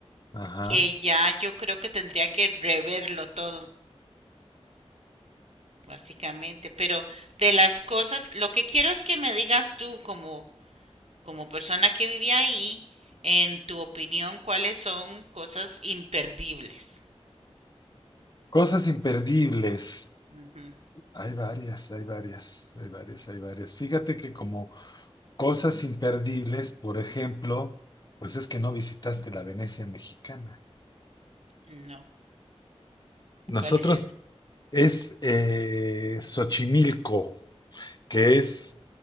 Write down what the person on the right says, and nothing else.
que ya yo creo que tendría que reverlo todo, básicamente. Pero de las cosas, lo que quiero es que me digas tú como, como persona que vivía ahí, en tu opinión, cuáles son cosas imperdibles.
Ujú,
No,
¿cuál es esa?